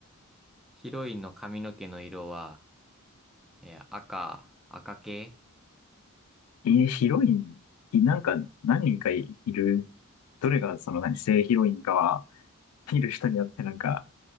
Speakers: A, in the centre; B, on the left.
A: ヒロインの髪の毛の色は、えー赤、赤系
B: え、ヒロイン、いなんか何人かいる。どれがその何、正ヒロインかは、見る人によってなんか